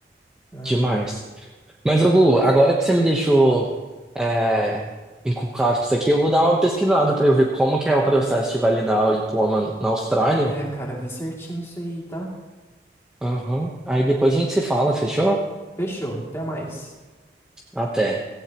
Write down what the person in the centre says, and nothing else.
Demais. Mas, Hugo, agora que você me deixou é, encucado com isso aqui, eu vou dar uma pesquisada para eu ver como que é o processo de validar o diploma na Austrália.
Aham. Aí depois a gente se fala, fechou?
Até.